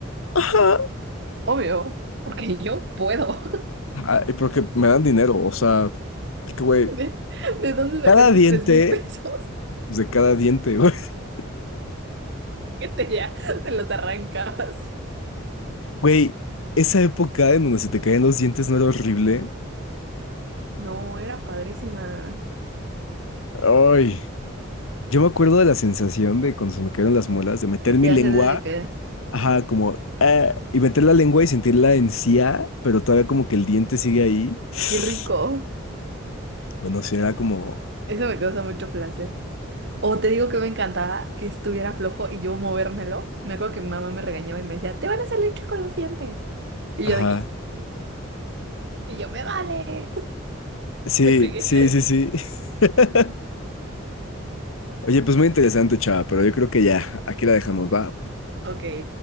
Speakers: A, on the left; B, on the right.
A: ajá.
B: obvio, porque yo puedo.
A: Ay, porque me dan dinero, o sea, es que, güey,
B: <laughs> ¿De, de dónde sacaste
A: cada diente,
B: tres mil pesos? <laughs>
A: pues de cada diente, güey. <laughs>
B: Que te ya te los arrancabas.
A: Güey, esa época en donde se te caían los dientes no era horrible.
B: No, era padrísima.
A: Ay, yo me acuerdo de la sensación de cuando se me cayeron las muelas, de meter
B: ¿De
A: mi
B: qué
A: lengua.
B: hacer? ¿De qué?
A: Ajá, como eh, y meter la lengua y sentir la encía, pero todavía como que el diente sigue ahí. <sighs>
B: Qué rico.
A: Bueno, sí, era como,
B: Eso me causa mucho placer. O te digo que me encantaba que estuviera flojo y yo movérmelo. Me acuerdo que mi mamá me regañaba y me decía, te van a salir chuecos los dientes. Y
A: ajá.
B: yo de qué? Y yo me vale.
A: Sí,
B: <laughs> Me pegué.
A: sí, sí, sí. <laughs> Oye, pues muy interesante, chava, pero yo creo que ya, aquí la dejamos, va.
B: Ok.